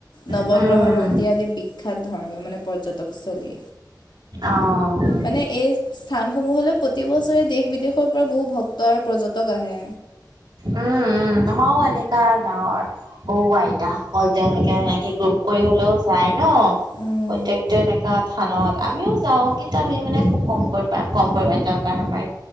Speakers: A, on the left; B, on the right.
A: নৱগ্ৰহ
B: উম,
A: মন্দিৰ আদি বিখ্যাত ধৰ্মীয় মানে পৰ্যটকস্থলী
B: অ', উম,
A: মানে এই স্থানসমূহলৈ প্ৰতিবছৰে দেশ বিদেশৰ পৰা বহু ভক্ত আৰু পৰ্যটক আহে
B: উম উম আমাৰো এনেকা গাঁৱৰ সৌ আইতাসকল তেওঁলোকে এনেকে গ্ৰোপ কৰি হলেও যায় ন
A: উম।
B: প্ৰত্যকটোৱা এনেকা থানত আমিও যাওঁ কিন্তু আমি মানে খুব কমকৈ পাওঁ কম পৰিমানে যাওঁ কাৰণ আমাৰ